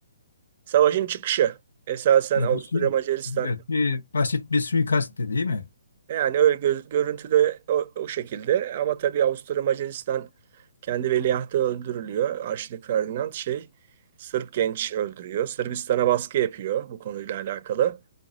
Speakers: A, on the right; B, on the left.
A: savaşın çıkışı. Esasen
B: Evet,
A: Avusturya
B: bir sui-
A: Macaristan
B: evet, bir basit bir suikast değil mi?
A: yani öyle göz, görüntüde o, o şekilde ama tabii Avusturya Macaristan kendi veliahtı öldürülüyor. Arşduke Ferdinand şey Sırp genç öldürüyor. Sırbistan'a baskı yapıyor bu konuyla alakalı.